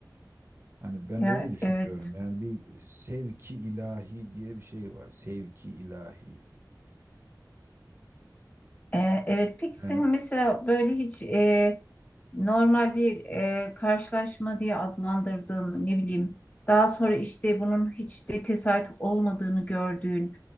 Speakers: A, on the right; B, on the left.
A: Hani ben
B: Ya
A: öyle düşünüyorum.
B: evet
A: Yani bir sevki ilahi diye bir şey var. Sevki ilahi.
B: Ee, evet, peki senin
A: Yani
B: mesela böyle hiç e, normal bir e, karşılaşma diye adlandırdığın ne bileyim daha sonra işte bunun hiç de tesadüf olmadığını gördüğün